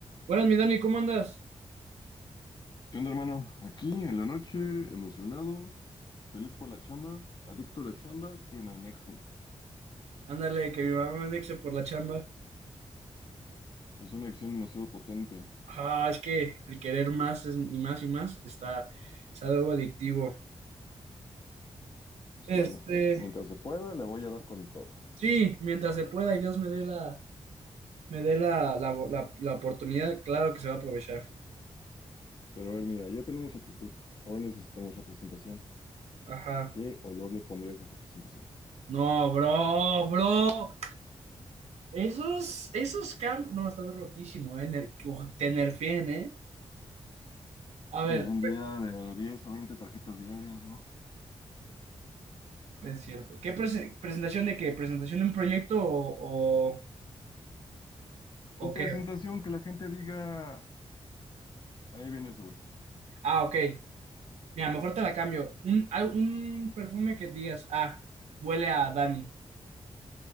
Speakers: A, on the right; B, on the left.
A: Buenas, mi Dani, ¿cómo andas?
B: ¿Qué onda, hermano? Aquí en la noche, emocionado, feliz por la chamba, adicto a la chamba, que me anexen.
A: Ándale, que mi mamá me andexe por la chamba.
B: Es una acción demasiado potente.
A: Ah, es que el querer más es- y más y más está, es algo adictivo.
B: Pues
A: Este,
B: bueno, mientras se pueda, le voy a dar con todo.
A: sí, mientras se pueda y Dios me dé la, me dé la, la, la- la oportunidad, claro que se va a aprovechar.
B: Pero a ver, mira, ya tenemos la actitud. Ahora necesitamos la presentación.
A: Ajá.
B: ¿Qué olor le pondrías a esa presentación?
A: No, bro, bro. Esos, esos camp, no, estás rotísimo, eh. ner- Uf, te nerfeen, eh. A ver,
B: Pues vendía de 10 a 20 tarjetas diarias, ¿no?
A: es cierto. ¿Qué prese- presentación de qué? ¿Presentación de un proyecto o, o, o
B: Tu presentación,
A: qué?
B: que la gente diga, ahí viene ese güey,
A: Ah, ok. Mira, mejor te la cambio. Un, al- un perfume que digas, ah, huele a Dani.